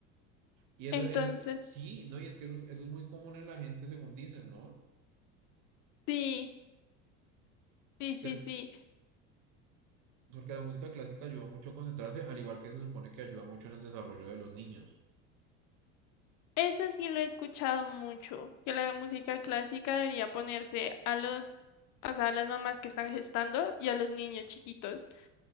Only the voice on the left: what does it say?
Entonces,
sí, sí,
sí,
sí.
Eso sí lo he escuchado mucho, que la música clásica debería ponerse a los, o sea, a las mamás que están gestando y a los niños chiquitos.